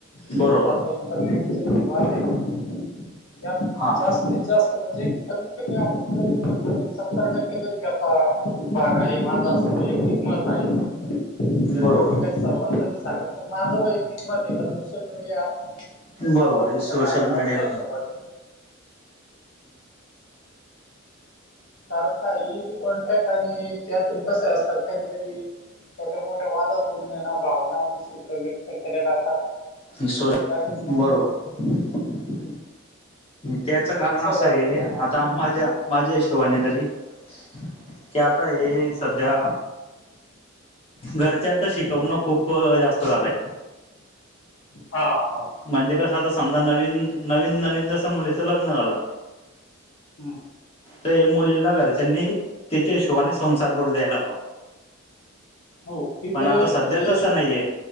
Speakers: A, on the left; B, on the left.
A: जे
B: बरोबर
A: आताही नेटच <unintelligible> यात
B: हा
A: जास्त ते जास्त म्हणजे कमीत कमी आपण जरी म्हटलं तरी सत्तर टक्के तरी देता. <unintelligible> माझं असं वैयक्तिक मत आहे जनरली
B: बरोबर.
A: काही सर्वांचं नाहीं सांगत पण माझं वैयक्तिक मत आहे का सोशल मीडिया हे सर्वात
B: बरोबर हे
A: मोठं
B: सोशल
A: कारण
B: मीडिया
A: असू शकतो बुवा हे. कारण का ही जी कॉन्ट्रॅक्ट आणि त्यातून कसं असतं कधी-कधी छोटे मोठ्या वादातुन आहे ना भावना दुसरीकड व्यक्त केल्या जातात.
B: <unintelligible>
A: त्यातून मग
B: बरोबर.
A: हं,
B: त्याच कारण असं
A: वाटतं
B: आहे
A: बा मला
B: आता माझ्या माझ्या हिशोबाने तरी, की आता हे सध्या घरच्यांच शिकवणं खूप जास्त झालंय.
A: हा.
B: म्हणजे कसं आता समजा नवीन नवीन नवीन जसं मुलीचं लग्न झालं.
A: हम्म.
B: तर मुलीला घरच्यांनी त्याच्या हिशोबाने संसार करू द्यायला हवा.
A: हो. तिथे
B: पण आता सध्या
A: जे
B: तसं नाहीये.